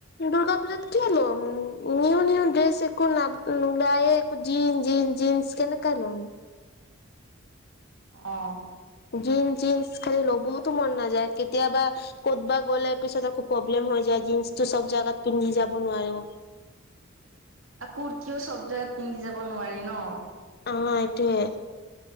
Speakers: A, on the left; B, on the right.
A: দুৰ্গা পূজাত কি হল নিউ, নিউ ড্ৰেছ একো ন ওলাইে একো জিনন্ জিন জন্স কেনেকা ল'ম
B: অ',
A: জিন্ জিন্স খালি ল'বতো মন নাযায় কেতিয়াবা ক'তবা গ'লে পিছত প্ৰব্লেম হৈ যায় জীন্চ টো চব জোগাত পিন্ধি যাব নোৱাৰে
B: কুৰ্তিও চব জোগাত পিন্ধি যাব নোৱাৰি ন।
A: অ', এইটোয়ে